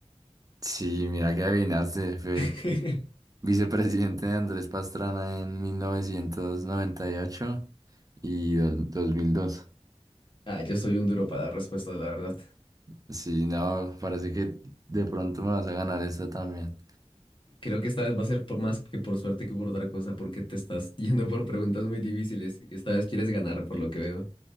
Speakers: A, on the right (about 35°); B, on the left (about 50°).
A: Sí, mira que adivinaste, fue
B: <laughs>
A: el vicepresidente de Andrés Pastrana en mil novecientos noventa y ocho y dol- 2002.
B: Ah, yo soy un duro para dar respuestas, la verdad.
A: Sí, no, parece que de pronto me vas a ganar esta también.
B: Creo que esta vez va a ser por más que por suerte que por otra cosa, porque te estás <laughs> yendo por preguntas muy difíciles. Esta vez quieres ganar, por lo que veo.